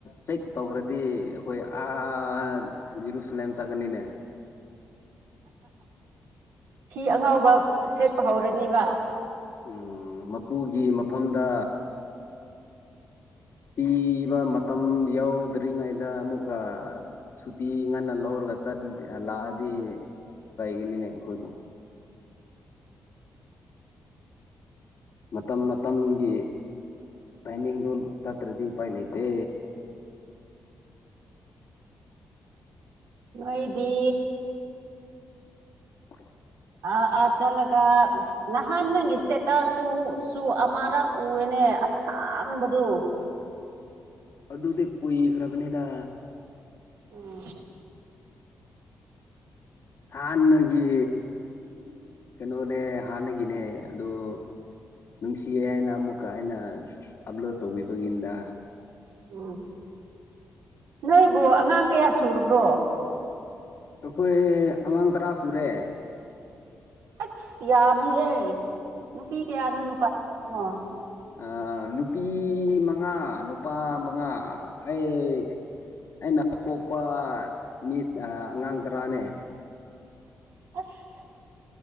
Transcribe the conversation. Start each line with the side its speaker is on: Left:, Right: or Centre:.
Left: ꯆꯦꯛ ꯇꯧꯈ꯭ꯔꯗꯤ ꯑꯩꯈꯣꯏ ꯑꯥ ꯖꯤꯔꯨꯁꯂꯝ ꯆꯠꯀꯅꯤꯅꯦ
Right: ꯐꯤ ꯑꯉꯧꯕ ꯁꯦꯠꯄ ꯍꯧꯔꯅꯦꯕ
Left: ꯎꯝ ꯃꯄꯨꯒꯤ ꯃꯐꯝꯗ ꯄꯤꯕ ꯃꯇꯝ ꯌꯥꯎꯗ꯭ꯔꯤꯉꯩꯗ ꯑꯃꯨꯛꯀ ꯁꯨꯇꯤ ꯉꯟꯅ ꯂꯧꯔꯒ ꯆꯠ ꯂꯥꯛꯑꯗꯤ ꯆꯩꯥꯏꯒꯅꯤꯅꯦ ꯑꯩꯈꯣꯏꯕꯨ ꯃꯇꯝ ꯃꯇꯝꯒꯤ ꯇꯥꯏꯃꯤꯡꯗꯣ ꯆꯠꯇ꯭ꯔꯗꯤ ꯎꯄꯥꯏ ꯂꯩꯇꯦ
Right: ꯅꯣꯏꯗꯤ
Left: <inaudible>
Right: ꯑ ꯑꯥ ꯆꯠꯂꯒ ꯅꯍꯥꯟ ꯅꯪꯒꯤ ꯏꯁꯇꯦꯇꯁꯇꯨꯁꯨ ꯑꯃꯔꯛ ꯎꯑꯦꯅꯦ ꯑꯁꯥꯡꯕꯗꯨ
Left: ꯑꯗꯨꯗꯤ ꯀꯨꯏꯈ꯭ꯔꯕꯅꯤꯗ
Right: ꯎꯝ
Left: ꯍꯥꯟꯅꯒꯤ ꯀꯩꯅꯣꯅꯦ ꯍꯥꯟꯅꯒꯤꯅꯦ ꯑꯗꯣ ꯅꯨꯡꯁꯤꯌꯦ ꯍꯥꯏꯅ ꯑꯃꯨꯛꯀ ꯑꯩꯅ ꯑꯞꯂꯣꯗ ꯇꯧꯕꯤꯕꯒꯤꯅꯤꯗ
Right: ꯎꯝ ꯅꯣꯏꯕꯨ ꯑꯉꯥꯡ ꯀꯌꯥ ꯁꯨꯔꯕ꯭ꯔꯣ
Left: ꯑꯩꯈꯣꯏ ꯑꯉꯥꯡ ꯇꯔꯥ ꯁꯨꯔꯦ
Right: ꯑꯁ ꯌꯥꯝꯃꯤꯍꯦ ꯅꯨꯄꯤ ꯀꯌꯥꯅꯣ ꯅꯨꯄꯥ ꯀꯌꯥꯅꯣ
Left: ꯑ ꯅꯨꯄꯤ ꯃꯉꯥ ꯅꯨꯄꯥ ꯃꯉꯥ ꯑꯩ ꯑꯩꯅ ꯄꯣꯛꯄ ꯃꯤ ꯑꯉꯥꯡ ꯇꯔꯥꯅꯦ
Right: ꯑꯁ